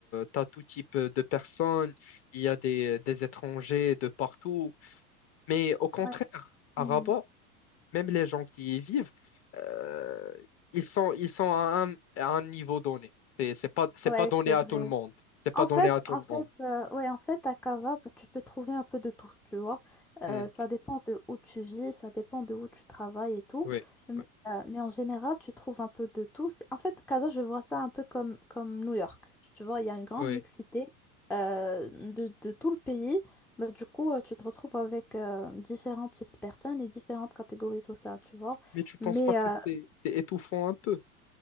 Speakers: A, on the left (about 35°); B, in the centre.
A: tu as tout type de personnes, il y a des, des étrangers de partout. Mais au contraire,
B: Ouais, ouais.
A: à
B: Hmm.
A: Rabat, même les gens qui y vivent, euh, ils sont, ils sont à un, à un niveau donné. C'est, c'est pas, c'est
B: Ouais,
A: pas donné
B: c'est
A: à
B: vrai.
A: tout le monde. C'est pas
B: En
A: donné
B: fait,
A: à tout
B: en
A: le
B: fait,
A: monde.
B: euh, ouais, en fait, à Casa, bah, tu peux trouver un peu de tout, tu vois. Euh,
A: Hmm.
B: ça dépend de où tu vis, ça dépend de où tu travailles et tout.
A: Oui,
B: Mais,
A: oui,
B: euh, mais en général, tu trouves un peu de tout. C'est- En fait, Casa, je vois ça un peu comme, comme New York. Tu vois, il y a une grande
A: oui.
B: mixité euh, de, de tout le pays. Bah, du coup, euh, tu te retrouves avec euh, différents types de personnes et différentes catégories sociales, tu vois.
A: Mais tu penses
B: Mais
A: pas que
B: euh,
A: c'est, c'est étouffant un peu